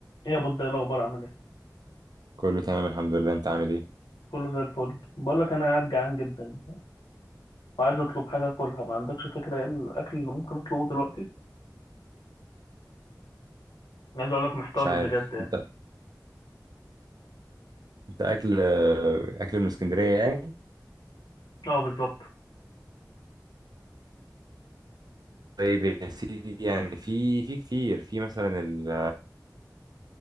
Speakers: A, on the left; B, on the right.
A: ايه يا بود ايه الاخبار عامل ايه
B: كله تمام الحمد لله انت عامل ايه
A: كله زي الفل بقول لك انا قاعد جعان جدا وعايز اطلب حاجه اكلها ما عندكش فكره ايه الاكل اللي ممكن اطلبه دلوقتي أنا عايز اقول لك محتار
B: مش عارف
A: بجد يعني
B: انت انت اكل اكل من اسكندريه يعني
A: اه بالظبط
B: طيب يا سيدي يعني في في كتير في مثلا ال-